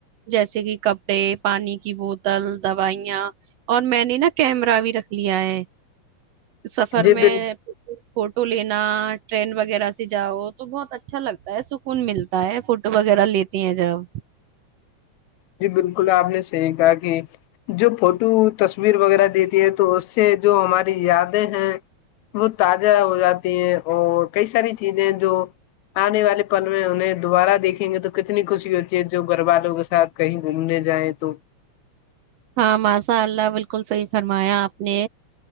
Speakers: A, on the right; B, on the left.
A: جیسے کہ کپڑے پانی کی بوتل دوائیاں اور میں نے نا کیمرہ بھی رکھ لیا ہے سفر
B: جی
A: میں
B: بالکل
A: فوٹو لینا ٹرین وغیرہ سے جاؤ تو بہت اچھا لگتا ہے سکون ملتا ہے فوٹو وغیرہ لیتی ہیں جاؤ
B: جی بالکل آپ نے صحیح کہا کہ جو فوٹو تصویر وغیرہ دیتی ہے تو اس سے جو ہماری یادیں ہیں وہ تازہ ہو جاتی ہیں اور کئی ساری چیزیں جو آنے والے پل میں انہیں دوبارہ دیکھیں گے تو کتنی خوشی ہوتی ہے جو گھر والوں کے ساتھ کہیں گھومنے جائیں تو
A: ہاں ماشاء اللہ بالکل صحیح فرمایا آپ نے